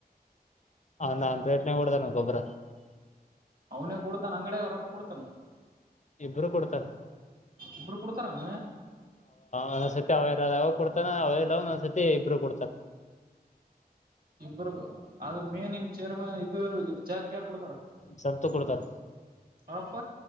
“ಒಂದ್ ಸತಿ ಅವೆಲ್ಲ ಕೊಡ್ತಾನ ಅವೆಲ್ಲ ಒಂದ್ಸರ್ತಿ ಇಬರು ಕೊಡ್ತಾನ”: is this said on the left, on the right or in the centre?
Left